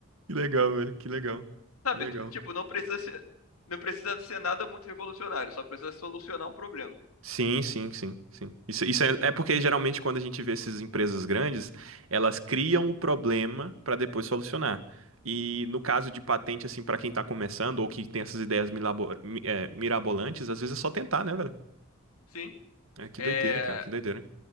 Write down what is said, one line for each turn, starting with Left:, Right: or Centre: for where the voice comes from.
Right: Que legal, velho. Que legal. Que
Left: Sabe?
Right: legal.
Left: T- Tipo, não precisa ser, não precisa ser nada muito revolucionário, só precisa solucionar um problema.
Right: Sim, sim, sim, sim. Isso, isso é, é porque geralmente quando a gente vê essas empresas grandes, elas criam o problema para depois solucionar. E no caso de patente, assim, para quem tá começando ou que tem essas ideias milabor- mi- é, mirabolantes, às vezes é só tentar, né, velho?
Left: Sim.
Right: É que
Left: É.
Right: doideira, cara, que doideira.